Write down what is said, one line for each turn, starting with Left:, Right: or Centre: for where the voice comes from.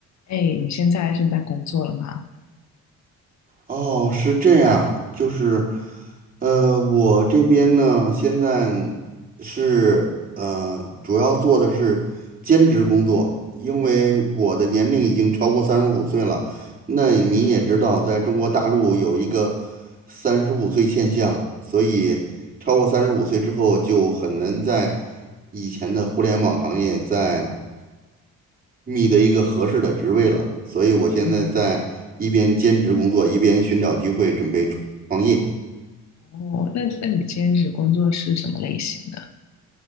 Left: 哎，你现在是在工作了吗？
Right: 哦，是这样，就是，呃，我这边呢，现在是呃，主要做的是兼职工作，因为我的年龄已经超过三十五岁了。那你也知道，在中国大陆有一个三十五岁现象，所以超过三十五岁之后就很难在以前的互联网行业在。觅得一个合适的职位了，所以我现在在一边兼职工作，
Left: 嗯，
Right: 一边寻找机会准备创创业。
Left: 哦，那那你兼职工作是什么类型的？